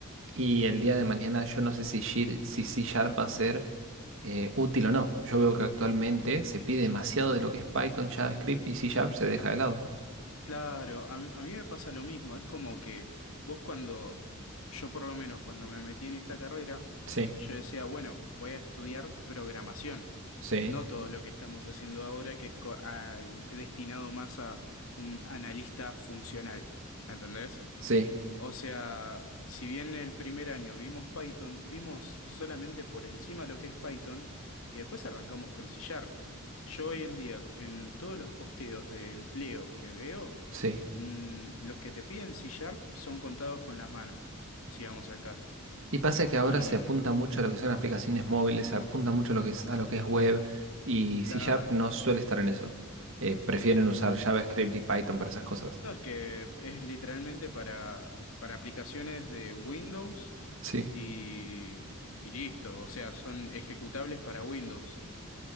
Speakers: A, on the right; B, on the left.
A: y el día de mañana yo no sé si, Shir- si C Sharp va a ser eh, útil o no. Yo veo que actualmente se pide demasiado de lo que es Python, JavaScript y C Sharp se deja de lado.
B: Claro, a, mí a mí me pasa lo mismo. Es como que vos cuando, yo por lo menos cuando me metí en esta carrera,
A: Sí,
B: yo decía, bueno, voy a estudiar programación.
A: sí,
B: No todo lo que estamos haciendo ahora, que es co- a- destinado más a un analista funcional. ¿Entendés?
A: sí,
B: O sea, si bien el primer año vimos Python, vimos solamente por encima lo que es Python y después arrancamos con C Sharp. Yo hoy en día, en todos los posteos de empleo que veo,
A: sí.
B: mm, los que te piden C Sharp son contados con las manos, si vamos al caso.
A: Y pasa que ahora
B: Y
A: se apunta mucho a lo que son aplicaciones móviles, se apunta mucho a lo que es, a lo que es web y
B: claro,
A: C Sharp no suele estar en eso. Eh, prefieren usar JavaScript y Python para esas cosas.
B: no, es que es literalmente para, para aplicaciones de Windows
A: Sí.
B: y, y listo. O sea, son ejecutables para Windows.